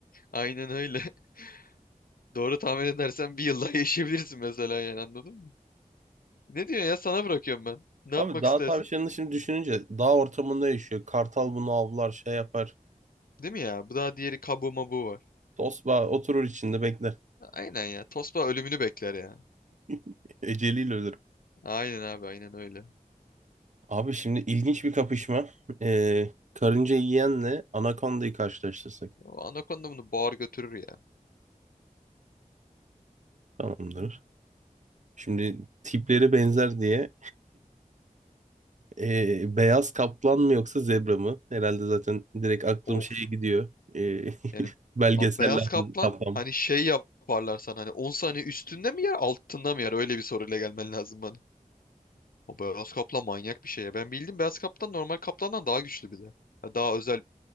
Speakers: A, on the left; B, on the right.
A: Aynen öyle. <laughs> Doğru tahmin edersen bir yıl daha yaşayabilirsin mesela yani anladın mı? Ne diyorsun ya sana bırakıyorum ben. Ne
B: Abi
A: yapmak
B: dağ
A: istersin?
B: tavşanını şimdi düşününce dağ ortamında yaşıyor. Kartal bunu avlar şey yapar.
A: Değil mi ya? Bu daha diğeri kabu mabu var.
B: Tosbağa oturur içinde bekler.
A: Aynen ya. Tosba ölümünü bekler ya.
B: <laughs> Eceliyle ölür.
A: Aynen abi aynen öyle.
B: Abi şimdi ilginç bir kapışma. Ee, karınca yiyenle anakondayı karşılaştırsak.
A: O anakonda bunu boğar götürür ya.
B: Tamamdır. Şimdi tipleri benzer diye. ee, beyaz kaplan mı yoksa zebra mı? Herhalde zaten direkt aklım
A: Of.
B: şeye gidiyor. Ee,
A: Yani
B: Belgeseller
A: abi beyaz kaplan
B: kaplama.
A: hani şey yaparlar sana hani 10 saniye üstünde mi yer altında mı yer öyle bir soruyla gelmen lazım bana. O beyaz kaplan manyak bir şey ya. Ben bildim beyaz kaplan normal kaplandan daha güçlü bir de. Ha, Daha özel